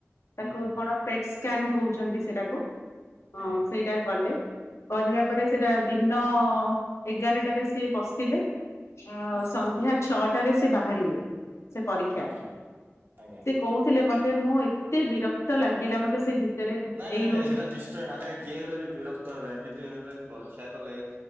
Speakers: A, on the right; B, on the left.
A: ହୁଁ
B: ତାକୁ
A: ହୁଁ
B: କଣ ପେଟ ସ୍କାନ କହୁଛନ୍ତି ସେଟାକୁ ହଁ
A: ଆଜ୍ଞା
B: ସେଇଟା କଲେ। କରିବା ପରେ ସେଟା ଦିନ ଏଗାରଟାରେ ସିଏ ପଶିଲେ ଅ
A: ଆଚ୍ଛା
B: ସନ୍ଧ୍ୟା
A: ଆଚ୍ଛା
B: ଛଅଟାରେ ସେ ବାହାରିଲେ, ସେ ପରୀକ୍ଷା
A: ହଁ ହଁ ଆଜ୍ଞା
B: ସେ କହୁଥିଲେ ମତେ -ମୁଁ ଏତେ ବିରକ୍ତ ଲାଗିଲା ମତେ ସେ ଭିତରେ,
A: ନାଇଁ ନାଇଁ
B: ଏଇ
A: ନାଇଁ
B: ରୁମ
A: ସେଇଟା ନିଶ୍ଚୟ ମାନେ କିଏ ହେଲେ ବି ବିରକ୍ତ ହେବେ, ଏମିତି ପରୀକ୍ଷା କଲେ